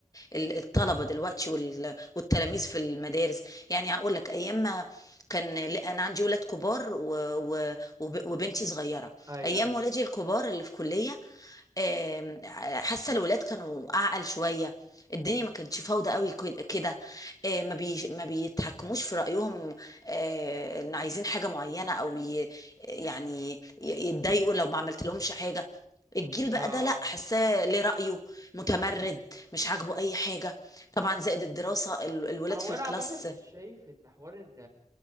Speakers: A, on the left; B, on the right.
A: ال- الطلبه دلوقتي وال- والتلاميذ في المدارس يعني هقول لك ايام ما كان لا، انا عندي ولاد كبار و- و- وب- وبنتي صغيره
B: أيوه
A: ايام ولادي الكبار اللي في كليه آم، حاسه الولاد كانوا اعقل شويه الدنيا ما كانتش فوضى قوي كد- كده آه، ما بي ما بيتحكموش في رايهم آه، ان عايزين حاجه معينه او ي- يعني ي- يتضايقوا لو ما عملت لهمش حاجه الجيل بقى
B: آه
A: ده لا حاساه ليه رأيه متمرد مش عاجبه اي حاجة طبعا زائد الدراسة ال- الولاد
B: هو
A: في
B: أنا
A: الكلاس
B: عامة مش شايف إن حوار إن